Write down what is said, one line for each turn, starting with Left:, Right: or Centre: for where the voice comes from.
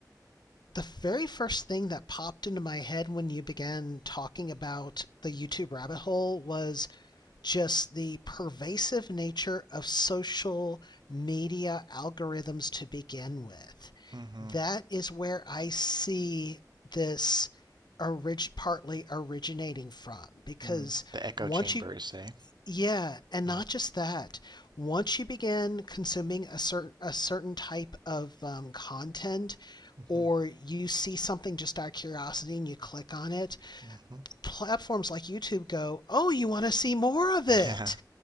Left: The very first thing that popped into my head when you began talking about the YouTube rabbit hole was just the pervasive nature of social media algorithms to begin with.
Right: hmm
Left: That is where I see this orig- partly originating from because
Right: Mm. The echo
Left: once
Right: chambers,
Left: you
Right: eh?
Left: Yeah, and
Right: Yeah.
Left: not just that. Once you begin consuming a certain a certain type of um, content,
Right: hmm
Left: or you see something just out of curiosity and you click on it,
Right: hmm
Left: platforms like YouTube go, "Oh, you want to see more of it,"
Right: Yeah,